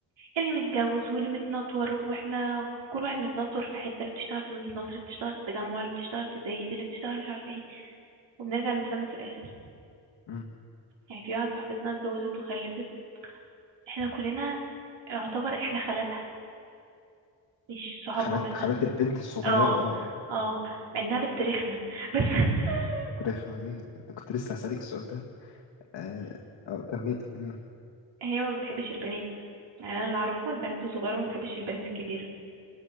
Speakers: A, on the right; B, on the left.
A: اللي متجوز واللي متنطور وإحنا كل واحد متنطر في حتة اللي بتشتغل في مدينة نصر اللي بتشتغل في التجمع اللي بتشتغل في زايد اللي بتشتغل مش عارفة إيه وبنرجع نتلمس في الآخر
B: مم.
A: يعني في واحدة صاحبتنا اتجوزت وخلفت إحنا كلنا يعتبر إحنا خالاتها مش صحاب
B: خالات
A: مامتها
B: خالات البنت الصغيرة
A: اه
B: اه اه
A: اه
B: مم.
A: مع انها بنت رخمة بس <laughs>
B: مم. كنت كنت لسه هسألك السؤال ده آه آه، كملي إمم.
A: هي ما بتحبش البنات يعني انا اللي اعرفه البنات الصغيرة ما بتحبش البنات الكبيرة